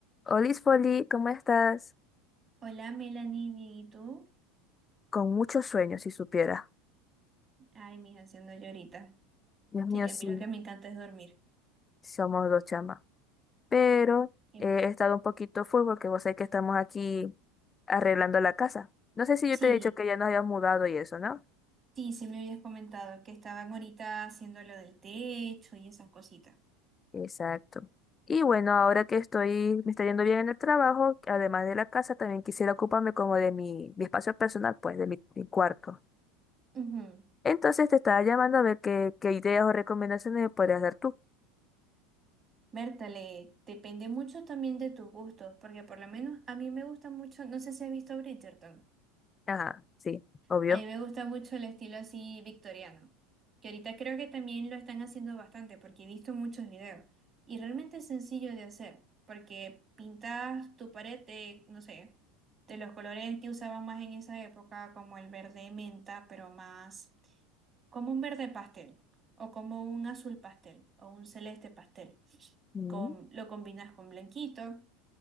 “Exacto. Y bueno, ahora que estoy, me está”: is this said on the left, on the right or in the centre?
Left